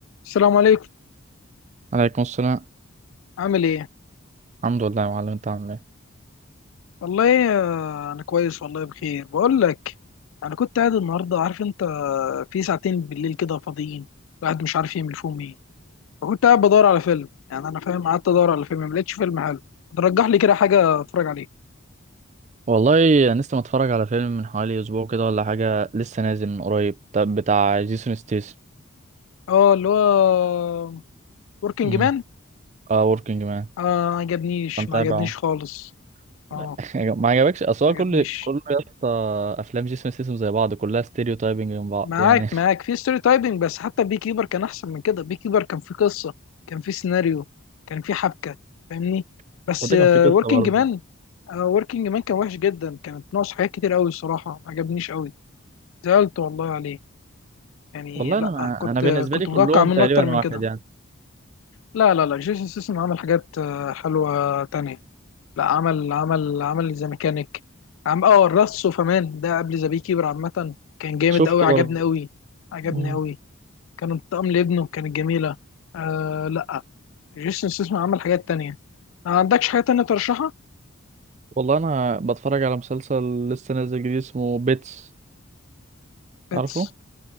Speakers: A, on the left; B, on the right.
A: السلام عليكم
B: عليكم السلام
A: عامل ايه
B: الحمد لله يا معلم انت عامل ايه
A: والله آه، انا كويس والله بخير بقول لك انا كنت قاعد النهارده عارف انت آه، في ساعتين بالليل كده فاضيين الواحد مش عارف يعمل فيهم ايه فكنت قاعد بدور على فيلم يعني انا فاهم قعدت ادور على فيلم ما لقيتش فيلم حلو ترجح لي كده حاجه اتفرج عليه
B: والله انا لسه متفرج على فيلم من حوالي اسبوع كده ولا حاجه لسه نازل من قريب طب بتاع جيسون ستيس
A: اه اللي هو وركينج
B: امم
A: مان
B: اه وركينج مان
A: اه ما عجبنيش
B: انت متابعه
A: ما عجبنيش خالص
B: <laughs>
A: اه
B: ما عجبكش اصل هو
A: ما عجبنيش
B: كل كل يا اسطى افلام جيسون ستيسم زي بعض كلها ستيريو تايبنج من بعض
A: معاك
B: يعني
A: معاك في ستوري تايبنج بس حتى بي كيبر كان احسن من كده بي كيبر كان في قصه كان في سيناريو كان في حبكه فاهمني
B: <laughs>
A: بس
B: وده كان في قصه
A: وركينج
B: برضه
A: مان وركينج مان كان وحش جدا كانت ناقص حاجات كتير قوي الصراحه ما عجبنيش قوي زعلت والله عليه يعني
B: والله
A: لا
B: انا ما...
A: كنت
B: انا بالنسبه
A: كنت
B: لي كلهم
A: متوقع منه
B: تقريبا
A: اكتر من
B: واحد
A: كده
B: يعني
A: لا لا لا جيسون سيسم عمل حاجات آه، حلوه تانية لا عمل عمل عمل ذا ميكانيك عم اه الرص وفمان ده قبل ذا بي كيبر عامه كان جامد
B: شفته
A: قوي عجبني
B: برضه
A: قوي عجبني
B: مم.
A: قوي كانت بتقام لابنه كانت جميلة آه لا جيسون ستاثام عمل حاجات تانية ما عندكش حاجة تانية ترشحها؟
B: والله انا بتفرج على مسلسل لسه نازل جديد اسمه بيتس
A: بيتس
B: عارفه